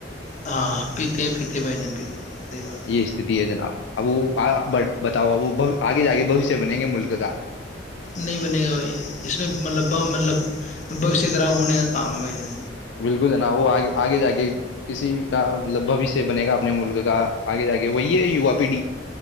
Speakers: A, on the left; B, on the left.
A: ہاں پیتے ہیں پیتے بھائی جان پیتے ہیں سحی بات
B: ہیں
A: ہے
B: یہ استتی ہے جناب اب وہ بتاؤ وہ آگے جا کےے بوشیہ بنےیں گے ملک کا
A: نہیں بنے گا بھ اس میں مطلب ب مطلب بوشیہ خراب ہونے کا کام ہے بھائی جان
B: بالکل جنا وہگے آگے جا کے کسی کا مطلب بوشیہ بنے گا اپنے ملک کا آگے جا کے وہی ہے ووا پیڑھی